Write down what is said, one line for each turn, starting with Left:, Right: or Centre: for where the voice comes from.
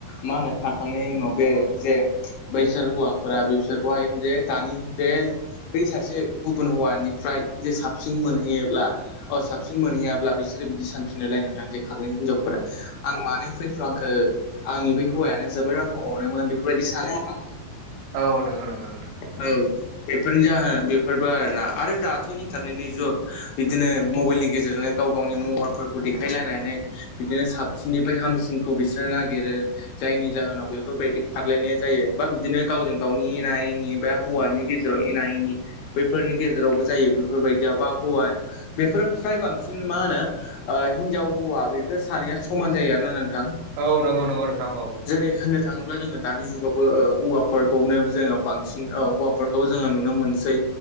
Left: मा होनो खारखांनायनि उनाव बे जे बैसोर हौवा फोरा बिसोरखौहाय जे दानि बे बै सासे गुबुन हौवानिफ्राय जे साबसिन मोनहैयोब्ला अ साबसिन मोनहैयाब्ला बिसोरो बिदि सानफिननोलाय नोंथां खारनाय हिनजावफोरा आं मानो फैफ्लांखो आंनि बै हौवायानो जोबोद रांखौ अनोमोन बेफोरबायदि सानो आरो।
Right: औ नंगौ नंगौ नोंथां।
Left: औ बेफोरनि जाहोन बेफोरबो आरोना आरो दाथ' इन्टारनेटनि जु बिदिनो मबाइलनि गेजेरजोंनो गाव गावनि महर फोरखौ देखायलायनानै बिदिनो साबसिननिफ्राय हामसिनखौ बिसोरो नागिरो जायनि जाहोनाव बेफोरबायदि खारलायनाय जायो बा बिदिनो गावजों गावनि एना एनि बा हौवानि गेजेराव एना एनि बैफोरनि गेजेरावबो जायो बेफोरबायदिया बा हौवाया बेफोर फ्राय बांसिन मा होनो हिनजाव हौवा बे बे सानैया समान जायो आरोना नोंथां
Right: औ नंगौ नंगौ नोंथां औ
Left: जेरै होननो थाङोब्ला जोङो दानि जुगावबो हौवाफोरखौनो जोङो बांसिन हौवाफोरखौबो जोङो नुनो मोनसै।